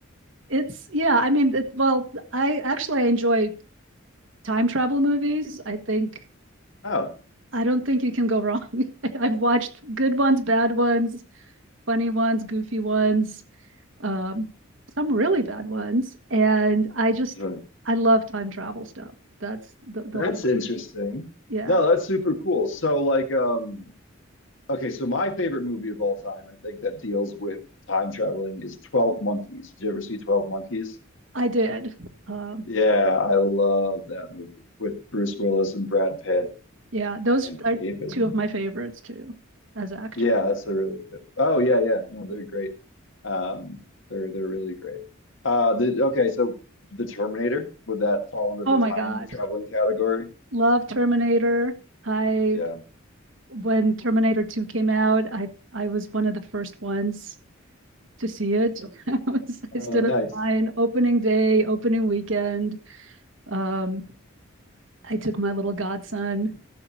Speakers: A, on the right; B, on the left.
A: it's yeah. I mean, it, well, I actually I enjoy time travel movies. I think
B: Oh,
A: I don't think you can go wrong. <laughs> I've watched good ones, bad ones, funny ones, goofy ones, um, some really bad ones, and I just
B: sure.
A: I love time travel stuff. That's the the
B: That's
A: whole
B: interesting.
A: yeah.
B: No, that's super cool. So like, um. Okay, so my favorite movie of all time, I think that deals with time traveling is 12 Monkeys. Did you ever see 12 Monkeys?
A: I did. Um,
B: Yeah, I love that movie with Bruce Willis and Brad Pitt
A: yeah, those
B: and
A: are
B: David.
A: two
B: Mo-
A: of my favorites too as actor.
B: Yeah, that's a really good. Oh yeah, yeah. No, they're great. Um, they're they're really great. Uh, the okay, so the Terminator, would that fall under
A: Oh
B: the
A: my
B: time
A: God.
B: traveling category?
A: Love Terminator. I
B: Yeah.
A: when Terminator 2 came out, I I was one of the first ones to see it. <laughs> I, was, I
B: Oh,
A: stood
B: nice.
A: in line opening day, opening weekend. Um, I took my little godson.